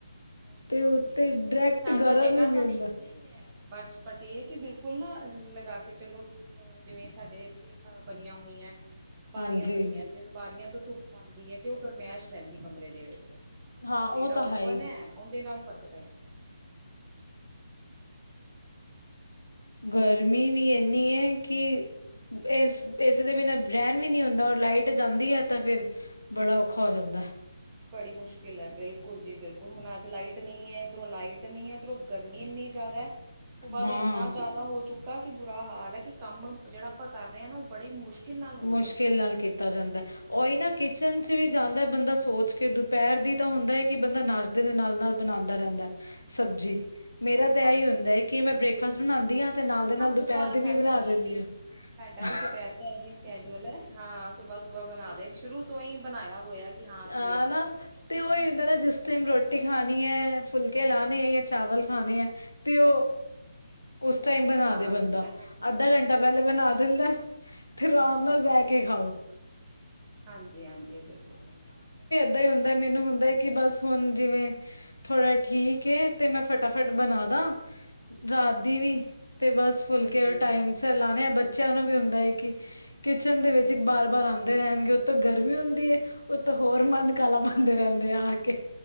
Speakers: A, on the right; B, on the left.
A: ਓਕੇ
B: ਤੇ
A: -ਓਕੇ
B: ਉੱਤੇ ਡਾਇਰੈਕਟ
A: ਨਹੀਂ ਸਾਡਾ
B: ਗਰਮ
A: ਹੈਗਾ
B: ਹੀ ਨਹੀਂ
A: ਤਾਂ,
B: ਹੁੰਦਾ
A: ਨੀਚੇ ਹੀ ਹੈ ਬਟ ਬਟ ਇਹ ਹੈ ਕਿ ਬਿਲਕੁਲ ਨਾ, ਲਗਾ ਕੇ ਚਲੋ ਅ ਜਿਵੇਂ ਸਾਡੇ ਇੱਥੇ, ਅ ਬਣੀਆਂ ਹੋਈਆਂ ਬਾਰੀਆਂ
B: ਹਾਂਜੀ
A: ਬਣੀਆਂ ਜੇ, ਬਾਰੀਆਂ ਤੋਂ ਧੁੱਪ ਆਉਂਦੀ ਹੈ ਤੇ, ਉਹ ਗਰਮੈਸ਼ ਰਹਿੰਦੀ ਕਮਰੇ ਦੇ ਵਿੱਚ
B: ਹਾਂ
A: ਬਾਹਰ ਵਿਹੜਾ
B: ਉਹ ਤਾਂ
A: ਓਪਨ
B: ਹੀ
A: ਹੈ, ਉਹਦੇ ਨਾਲ ਫ਼ਰਕ ਪੈ ਜਾਂਦਾ।
B: ਗਰਮੀ, ਵੀ ਇੰਨੀ ਹੈ ਕਿ ਇਸ- ਇਸ ਦੇ ਬਿਨਾਂ ਰਹਿਣ ਵੀ ਨਹੀਂੀ ਹੁੰਦਾ, ਔਰ ਲਾਈਟ ਜਾਂਦੀ ਹੈ ਤਾਂ ਫੇਰ ਬੜਾ ਔਖਾ ਹੋ ਜਾਂਦਾ
A: ਬੜੀ ਮੁਸ਼ਕਿਲ ਹੈ, ਬਿਲਕੁਲ, ਜੀ ਬਿਲਕੁਲ ਹੁਣ ਅੱਜ ਲਾਈਟ ਨਹੀਂ ਹੈ, ਉੱਧਰੋਂ ਲਾਈਟ ਨਹੀਂ ਹੈ ਉੱਧਰੋਂ ਗਰਮੀ ਇੰਨੀ ਜ਼ਿਆਦਾ ਹੈ ਸੁਬਾਹ
B: ਹਾਂ।
A: ਦਾ ਇੰਨਾ ਜ਼ਿਆਦਾ ਹੋ ਚੁੱਕਾ ਕਿ ਬੁਰਾ ਹਾਲ ਹੈ ਕਿ, ਕੰਮ ਜਿਹੜਾ ਆਪਾਂ ਕਰ ਰਹੇ ਹਾਂ ਨਾ, ਉਹ ਬੜੀ ਮੁਸ਼ਕਿਲ ਨਾਲ ਹੋ
B: ਮੁਸ਼ਕਿਲ
A: ਰਿਹਾ
B: ਨਾਲ ਕੀਤਾ ਜਾਂਦਾ ਓਈ ਨਾ, ਕਿਚਨ ਚ ਵੀ ਜਾਂਦਾ ਬੰਦਾ ਸੋਚ ਕੇ, ਦੁਪਹਿਰ ਦੀ ਤਾਂ ਹੁੰਦਾ ਹੈ ਕਿ, ਬੰਦਾ ਨੱਸ ਦੇ ਨਾਲ-ਨਾਲ ਬਣਾਉਂਦਾ ਰਹਿੰਦਾ ਹੈ ਸਬਜ਼ੀ ਮੇਰਾ ਤਾਂ,
A: ਹਾਂਜੀ
B: ਇਹੀ ਹੁੰਦਾ ਹੈ ਕਿ ਮੈਂ ਬ੍ਰੇਕਫਾਸਟ, ਬਣਾਉਂਦੀ ਹਾਂ। ਤੇ ਨਾਲ ਦੇ ਨਾਲ
A: ਹ ਸੁਭਾਹ
B: ਦੁਪਹਿਰ ਦੀ
A: ਸਾਡਾ
B: ਬਣਾ
A: ਵੀ,
B: ਦਿੰਦੀ
A: ਇਹੀ
B: ਹਾਂ।
A: ਸਾਡਾ ਵੀ ਦੁਪਹਿਰ ਇਹੀ ਸਕੈਡਊਲ ਹੈ ਹਾਂ ਸੁਬਾਹ- ਸੁਬਾਹ ਬਣਾ ਦੇ ਸ਼ੁਰੂ ਤੋਂ ਹੀ ਬਣਾਇਆ ਹੋਇਆ ਕਿ
B: ਹਾਂ
A: ਸਵੇਰ ਦਾ
B: ਨਾ,
A: ਨਿਬੇੜ ਦੇਣਾ
B: ਤੇ ਉਹੀ ਹੁੰਦਾ ਨਾ ਜਿਸ ਟਾਈਮ ਰੋਟੀ ਰੋਟੀ ਖਾਣੀ ਹੈ, ਫੁਲਕੇ ਲਾਣੇ ਹੈ, ਜਾਂ ਚਾਵਲ, ਖਾਣੇ ਹੈ ਤੇ ਉਹ ਉਸ ਟਾਈਮ
A: ਉਦੋਂ
B: ਬਣਾ
A: ਜਾਣਾ
B: ਦੇ ਬੰਦਾ
A: ਪੈਂਦਾ ਹੈ
B: ਅੱਧਾ ਘੰਟਾ ਪੈਲੇ ਬਣਾ ਦਿੰਦਾ ਤੇ ਰਾਮ ਨਾਲ ਬੈ ਕੇ ਖਾਓ।
A: ਹਾਂਜੀ-ਹਾਂਜੀ, ਬਿਲਕੁਲ ਜੀ ਬਿਲਕੁਲ।
B: ਏੱਦਾ ਈ ਹੁੰਦਾ ਮੈਨੂੰ ਹੁੰਦਾ ਐ ਕਿ ਬਸ ਹੁਣ ਜਿਵੇਂ ਥੋੜ੍ਹਾ ਠੀਕ ਏ ਤੇ ਮੈਂ ਫਟਾਫਟ ਬਣਾ ਦਾ ਰਾਤ ਦੀ ਵੀ ਤੇ ਬਸ ਫੁਲਕੇ
A: ਹਾਂਜੀ
B: ਓਰ ਟਾਈਮ ਸਿਰ ਲਾਣੇ ਆ ਬੱਚਿਆਂ ਨੂੰ ਵੀ ਹੁੰਦਾ ਐ ਕਿ ਕਿਚਨ ਦੇ ਵਿੱਚ ਬਾਰ-ਬਾਰ ਆਂਦੇ ਰਹਿਣਗੇ ਉਤੋ ਗਰਮੀ ਹੁੰਦੀ ਐ। ਉੱਤੋ ਹੋਰ ਮਨ ਕਾਲਾ ਪਾਂਦੇ ਰੈਂਦੇ ਆਕੇ।